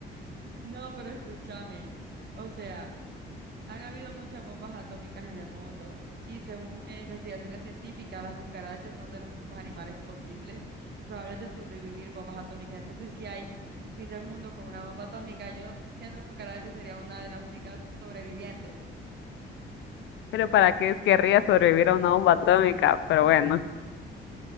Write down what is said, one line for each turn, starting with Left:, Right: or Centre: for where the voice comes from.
Right: No, pero escúchame. O sea, han habido muchas bombas atómicas en el mundo y según eh, investigaciones científicas, las cucarachas son de los pocos animales posibles probables de sobrevivir bombas atómicas. Entonces, si hay un fin del mundo con una bomba atómica, yo siendo cucaracha sería una de las únicas sobrevivientes.
Left: Pero ¿para qué querría sobrevivir a una bomba atómica? Pero bueno,